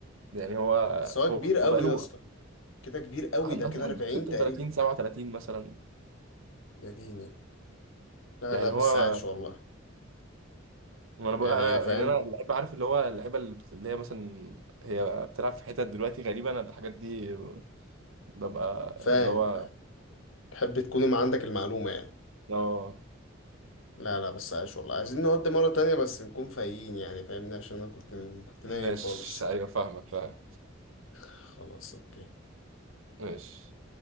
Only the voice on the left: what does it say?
بس هو
كبير قوي
يا اسطى كده كبير قوي
ده كده
40
تقريبا
يا ديني لا
لا بس
عاش والله
يعني
فاهم
فاهم
فاهم تحب تكون ما عندك المعلومة يعني
لا لا بس عايش والله عايزين نقعد مرة تانية بس نكون فايقين يعني فاهمني عشان أنا كنت كنت نايم
خالص
خلاص أوكي